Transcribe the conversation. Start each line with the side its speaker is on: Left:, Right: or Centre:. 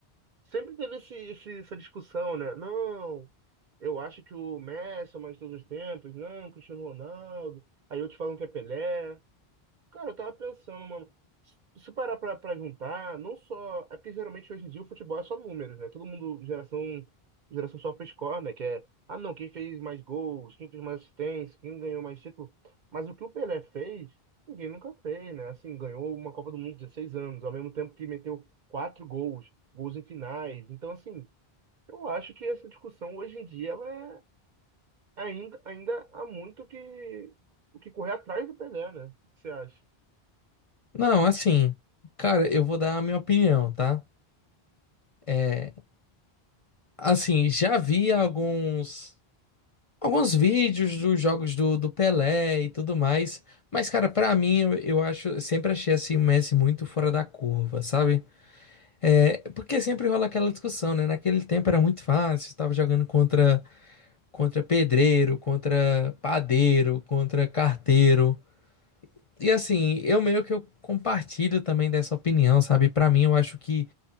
Right: sempre teve esse, esse- essa discussão, né? Não, eu acho que o Messi é o mais de todos os tempos, não, Cristiano Ronaldo. Aí outros falam que é Pelé. Cara, eu tava pensando, mano. Se tu parar pra, pra juntar, não só. É porque geralmente hoje em dia o futebol é só números, né? Todo mundo, geração, geração sofre score, né? Que é, ah não, quem fez mais gols, quem fez mais assistência, quem ganhou mais título. Mas o que o Pelé fez, ninguém nunca fez, né? Assim, ganhou uma Copa do Mundo com 16 anos, ao mesmo tempo que meteu quatro gols, gols em finais. Então, assim, eu acho que essa discussão hoje em dia, ela é ainda, ainda há muito o que, o que correr atrás do Pelé, né? O que você acha?
Left: Não, assim, cara, eu vou dar a minha opinião, tá? É, assim, já vi alguns alguns vídeos dos jogos do, do Pelé e tudo mais, mas, cara, pra mim, eu, eu acho, eu sempre achei assim o Messi muito fora da curva, sabe? É, porque sempre rola aquela discussão, né? Naquele tempo era muito fácil, tava jogando contra contra pedreiro, contra padeiro, contra carteiro. E assim, eu meio que eu compartilho também dessa opinião, sabe? Pra mim, eu acho que